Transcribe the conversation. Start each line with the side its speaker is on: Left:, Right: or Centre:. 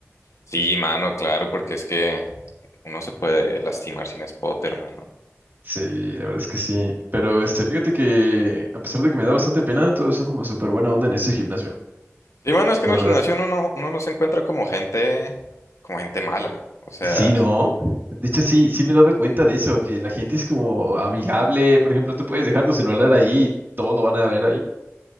Left: Sí, mano, claro, porque es que uno se puede lastimar sin spotter, mano.
Right: Sí, la verdad es que sí. Pero este, fíjate que a pesar de que me da bastante pena, todos son como súper buena onda en ese gimnasio.
Left: Sí, mano, es que
Right: La
Left: en el
Right: verdad.
Left: gimnasio uno no, uno no se encuentra como gente, como gente mala. O sea,
Right: Sí,
Left: s-
Right: ¿no? De hecho, sí, sí me he dado cuenta de eso, que la gente es como amigable. Por ejemplo, tú puedes dejar tu celular ahí, todo lo van a ver ahí.